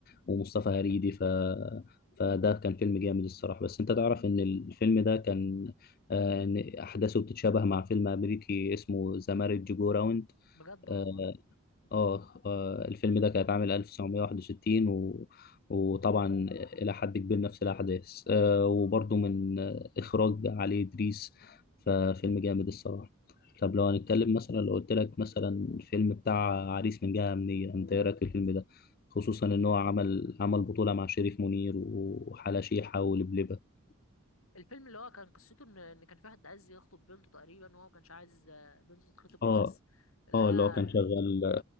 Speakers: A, on the left; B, on the left.
A: ومصطفى هريدي ف فده كان فيلم جامد الصراحة بس انت تعرف ان الفيلم ده كان آه، إن أحداثه بتتشابه مع فيلم أمريكي اسمه ذا مارج جو راوند
B: بجد
A: آه
B: والله
A: آه آه، الفيلم ده كان اتعمل 1961 و... وطبعا إلى حد كبير نفس الأحداث آه وبرضه من آه، إخراج علي إدريس ففيلم جامد الصراحة طب لو هنتكلم مثلا لو قلت لك مثلا الفيلم بتاع عريس من جهة أمنية أنت إيه رأيك في الفيلم ده؟ خصوصا إن هو عمل عمل بطولة مع شريف منير وحلا شيحة ولبلبة
B: الفيلم اللي هو كان قصته ان ان كان في واحد عايز يخطب بنته تقريبا وهو ما كانش عايز آه، بنته تتخطب خالص
A: اه
B: لا
A: اه اللي هو كان شغال